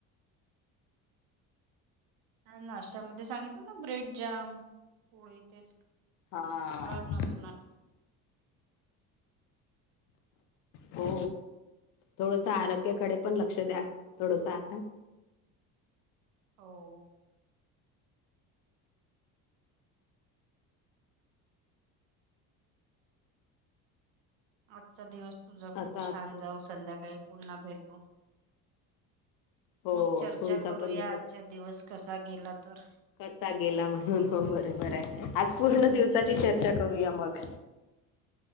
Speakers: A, on the right (about 80°); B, on the left (about 65°).
A: आज नाश्त्यामध्ये सांगितलं ना, ब्रेड जॅम, पोळी तेच.
B: हा.
A: <unintelligible>
B: हो थोडसं आरोग्याकडे पण लक्ष द्या, थोडसं आता
A: हो. आजचा दिवस तुझा
B: असा
A: खूप छान
B: असतो
A: जावो. संध्याकाळी पुन्हा भेटू.
B: हो
A: मग चर्चा
B: तुमचा
A: करूया,
B: पण दिवस
A: आजचा दिवस कसा गेला तर.
B: कसा गेला म्हणून हो बरोबर आहे. आज पूर्ण दिवसाची चर्चा करूया मग.